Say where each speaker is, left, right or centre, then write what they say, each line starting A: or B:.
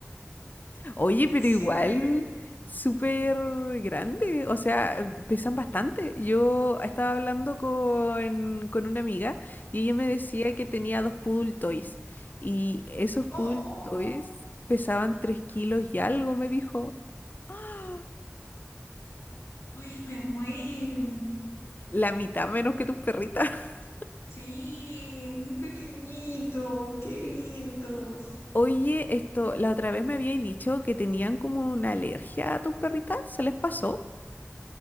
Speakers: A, on the left (about 40°); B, on the left (about 65°).
A: Oye, pero igual
B: Siete y diez.
A: súper grande, o sea, pesan bastante. Yo estaba hablando con, con una amiga y ella me decía
B: ¿Ya?
A: que tenía dos poodle toys y esos poodle
B: ¡Oh!
A: toys pesaban tres kilos y algo, me dijo. ¡Ah!
B: ¡Uy, me muero!
A: La mitad menos que tus perritas. <laughs>
B: Sí, muy pequeñito. ¡Qué lindos!
A: Oye, esto, la otra vez me habíais dicho que tenían como una alergia a tus perritas, ¿se les pasó?